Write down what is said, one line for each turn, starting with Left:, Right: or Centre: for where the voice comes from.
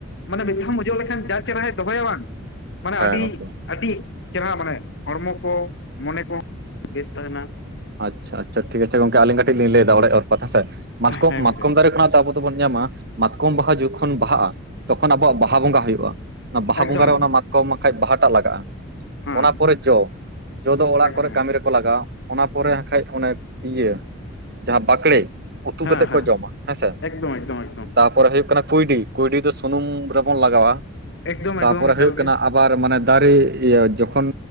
Left: ᱢᱟᱱᱮ ᱵᱮᱥ ᱪᱮᱨᱦᱟᱢ ᱚᱡᱚᱜ ᱞᱮᱠᱷᱟᱱ ᱡᱟ ᱪᱮᱨᱦᱟᱭ ᱫᱚᱦᱚᱭᱟ ᱵᱟᱝ᱾ ᱢᱟᱱᱮ
Right: ᱦᱮᱸ
Left: ᱟᱰᱤ
Right: ᱜᱚᱝᱠᱮ
Left: ᱟᱰᱤ ᱪᱮᱨᱦᱟ ᱢᱟᱱᱮ ᱦᱚᱲᱢᱚ ᱠᱚ ᱢᱟᱱᱮ ᱠᱚ ᱵᱮᱥ ᱛᱟᱦᱮᱱᱟ᱾
Right: ᱟᱪᱪᱷᱟ ᱟᱪᱪᱷᱟ ᱴᱷᱤᱠ ᱟᱪᱷᱮ ᱜᱚᱝᱠᱮ ᱟᱹᱞᱤᱧ ᱠᱟᱴᱤᱜ ᱞᱤᱧ ᱞᱟᱹᱭᱫᱟ ᱟᱹᱛᱯᱟᱹᱛ ᱦᱮᱸᱥᱮ ᱢᱟᱛᱠᱚᱢ
Left: ᱦᱮᱸ ᱜᱚᱝᱠᱮ
Right: ᱢᱟᱛᱠᱚᱢ ᱫᱟᱨᱮ ᱠᱷᱚᱱᱟᱜ ᱫᱚ ᱟᱵᱚ ᱛᱚᱵᱚᱱ ᱧᱟᱢᱟ ᱢᱟᱛᱠᱚᱢ ᱵᱟᱦᱟ ᱡᱚᱠᱷᱚᱱ ᱵᱟᱦᱟᱜᱼᱟ ᱛᱚᱠᱷᱚᱱ ᱟᱵᱚᱣᱟᱜ ᱵᱟᱦᱟ ᱵᱚᱸᱜᱟ ᱦᱳᱭᱳᱜᱼᱟ ᱾ ᱚᱱᱟ ᱵᱟᱦᱟ
Left: ᱮᱠᱫᱚᱢ
Right: ᱵᱚᱸᱜᱟ ᱨᱮ
Left: ᱮᱠᱫᱚᱢ
Right: ᱚᱱᱟ ᱢᱟᱛᱠᱚᱢ ᱵᱟᱠᱷᱟᱡ ᱵᱟᱦᱟᱴᱟᱜ ᱞᱟᱜᱟᱜᱼᱟ᱾
Left: ᱦᱮᱸ
Right: ᱚᱱᱟ ᱯᱚᱨᱮ ᱡᱚ, ᱡᱚ ᱫᱚ ᱚᱲᱟᱜ
Left: ᱮᱠᱫᱚᱢ
Right: ᱠᱚᱨᱮ ᱠᱟᱢᱤ
Left: ᱮᱠᱫᱚᱢ
Right: ᱨᱮᱠᱚ ᱞᱟᱜᱟᱣᱟ ᱾ ᱚᱱᱟ ᱯᱚᱨᱮ ᱦᱟᱸᱜ ᱠᱷᱟᱡ ᱚᱱᱮ ᱤᱭᱟᱹ ᱡᱟᱸᱦᱟᱸ ᱵᱟᱠᱲᱮᱹ ᱩᱛᱩ
Left: ᱦᱮᱸ
Right: ᱠᱟᱛᱮᱜ ᱠᱚ
Left: ᱦᱮᱸ
Right: ᱡᱚᱢᱟ ᱦᱮᱸᱥᱮ
Left: ᱮᱠᱫᱚᱢ ᱮᱠᱫᱚᱢ ᱮᱠᱫᱚᱢ
Right: ᱛᱟᱯᱚᱨᱮ ᱦᱳᱭᱳᱜ ᱠᱟᱱᱟ ᱠᱩᱭᱰᱤ, ᱠᱩᱭᱰᱤ ᱫᱚ ᱥᱩᱱᱩᱢ ᱨᱮᱵᱚᱱ ᱞᱟᱜᱟᱣᱟ
Left: ᱮᱠᱫᱚᱢ
Right: ᱛᱟᱯᱚᱨᱮ
Left: ᱮᱠᱫᱚᱢ
Right: ᱦᱳᱭᱳᱜ
Left: ᱮᱠᱟᱞ
Right: ᱠᱟᱱᱟ
Left: ᱜᱮ
Right: ᱟᱵᱟᱨ ᱢᱟᱱᱮ ᱫᱟᱨᱮ ᱤᱭᱟᱹ ᱡᱚᱠᱷᱚᱱ